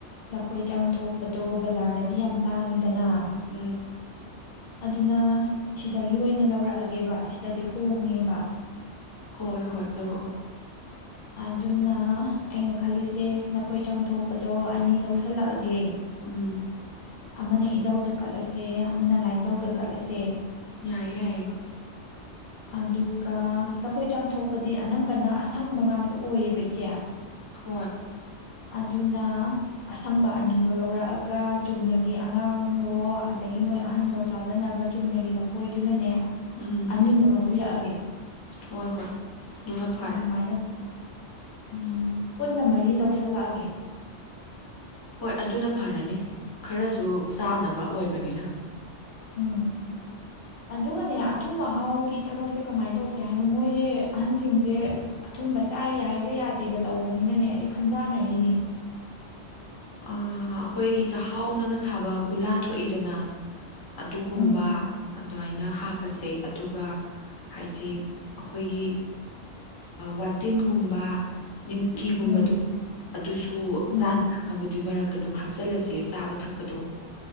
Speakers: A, on the left; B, on the left.
A: ꯂꯐꯣꯏ ꯆꯥꯡ ꯊꯣꯛꯄꯗꯣ ꯕꯖꯥꯔꯗꯗꯤ ꯌꯥꯝ ꯇꯥꯡꯉꯤ ꯗꯅ
B: ꯎꯝ
A: ꯑꯗꯨꯅ ꯁꯤꯗꯒꯤ ꯑꯣꯏꯅ ꯂꯧꯔꯛꯑꯒꯦꯕ ꯁꯤꯗꯗꯤ ꯍꯣꯡꯉꯦꯕ
B: ꯍꯣꯏ ꯍꯣꯏ ꯂꯧꯔꯛꯑꯣ
A: ꯑꯗꯨꯅ ꯑꯩꯅ ꯈꯜꯂꯤꯁꯦ ꯂꯐꯣꯏ ꯆꯪꯊꯣꯛꯄꯗꯣ ꯑꯅꯤ ꯂꯧꯁꯤꯜꯂꯛꯑꯒꯦ
B: ꯎꯝ
A: ꯑꯃꯅ ꯏꯧꯗꯥ ꯀꯠꯂꯁꯦ ꯁꯦ ꯑꯃꯅ
B: ꯎꯝ
A: ꯂꯥꯏꯅꯤꯡꯊꯧꯗ ꯀꯠꯂꯁꯦ ꯀ <inaudible>
B: ꯌꯥꯏꯌꯦ ꯌꯥꯏꯌꯦ
A: ꯑꯗꯨꯒ ꯂꯐꯣꯏ ꯆꯪ ꯊꯣꯛꯄꯗꯤ ꯑꯅꯝꯕꯅ ꯑꯁꯪꯕ ꯉꯥꯛ ꯇ ꯑꯣꯏꯌꯦꯕ ꯏꯆꯦ
B: ꯍꯣꯏ
A: ꯑꯗꯨꯅ ꯑꯁꯪꯕ ꯑꯅꯤꯗꯣ ꯂꯧꯔꯛꯑꯒ ꯆꯨꯝꯅꯒꯤ ꯑꯉꯥꯡꯍꯣ ꯑꯗꯒꯤ ꯃꯣꯏ ꯑꯍꯜꯍꯣ ꯆꯥꯖꯅꯕ ꯆꯨꯝꯅꯒꯤ ꯂꯐꯣꯏꯗꯨꯅꯅꯦ
B: ꯎꯝ
A: ꯑꯅꯤꯃꯨꯛ ꯂꯧꯕꯤꯔꯛꯑꯒꯦ
B: ꯍꯣꯏ ꯍꯣꯏ ꯑꯗꯨꯅ ꯐꯔꯦ
A: ꯑꯗꯨꯃꯥꯏꯅ ꯎꯝ ꯄꯨꯟꯅ ꯃꯔꯤ ꯂꯧ ꯁꯜꯂꯛꯑꯒꯦ
B: ꯍꯣꯏ ꯑꯗꯨꯅ ꯐꯔꯅꯤ ꯈꯔꯁꯨ ꯆꯥꯅꯕ ꯑꯣꯏꯕꯅꯤꯅ
A: ꯎꯝ ꯑꯗꯨꯒꯅꯦ ꯑꯊꯨꯝ ꯑꯍꯥꯎꯒꯤ ꯊꯕꯛꯁꯦ ꯀꯃꯥꯏꯅ ꯇꯧꯁꯦ ꯍꯥꯏꯅꯣ ꯃꯣꯏꯁꯦ ꯑꯍꯟꯁꯤꯡꯁꯦ ꯑꯊꯨꯝꯕ ꯆꯥꯏ ꯌꯥꯏꯒ ꯌꯥꯗꯦꯒ ꯇꯧꯕꯅꯤꯅꯅꯦ ꯑꯩꯁꯦ ꯈꯟꯖꯥꯟꯅꯔꯤꯅꯦ
B: ꯑꯩꯈꯣꯏꯒꯤ ꯆꯥꯛꯍꯥꯎꯅꯒ ꯁꯥꯕ ꯒꯨꯂꯥ ꯊꯣꯛꯏꯗꯅ ꯑꯗꯨꯒꯨꯝꯕ
A: ꯎꯝ
B: ꯑꯗꯨꯃꯥꯏꯅ ꯍꯥꯞꯄꯁꯦ ꯑꯗꯨꯒ ꯍꯥꯏꯗꯤ ꯑꯩꯈꯣꯏꯒꯤ ꯋꯥꯇꯤꯟꯒꯨꯝꯕ ꯅꯤꯝꯀꯤꯒꯨꯝꯕꯗꯣ
A: ꯎꯝ
B: ꯑꯗꯨꯁꯨ
A: ꯎꯝ
B: ꯆꯥꯅ ꯊꯛ ꯊꯛꯅꯕꯗꯨꯏ ꯃꯔꯛꯇ ꯑꯗꯨꯝ ꯍꯥꯞꯆꯤꯜꯂꯁꯦ ꯆꯥꯕ ꯊꯛꯄꯗꯣ